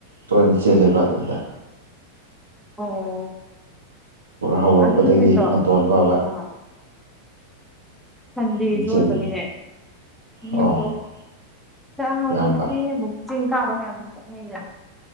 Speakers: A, on the right (about 70°); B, in the centre.
A: ꯇꯣꯏꯅ ꯆꯦꯜꯂꯦꯕ ꯑꯗꯨꯗ
B: ꯑꯣ
A: ꯍꯧꯔꯛꯄꯗꯒꯤ
B: ꯑꯗꯨ ꯅꯨꯃꯤꯠꯇꯣ
A: ꯃꯇꯣꯟ ꯐꯥꯎꯕ
B: ꯑꯥ ꯁꯟꯗꯦꯁꯨ
A: ꯑꯗꯨꯝ ꯆꯦꯟꯕꯅꯤ
B: ꯑꯣꯏꯕꯒꯤꯅꯦ ꯃꯤꯗꯣ
A: ꯑꯣ
B: <unintelligible> ꯍꯧꯖꯤꯛꯇꯁꯤ
A: ꯌꯥꯝꯕ
B: ꯑꯃꯨꯛ ꯆꯤꯡ ꯀꯥꯕ ꯐꯅꯌꯥꯝꯅꯁꯨ ꯆꯠꯅꯩꯗꯅ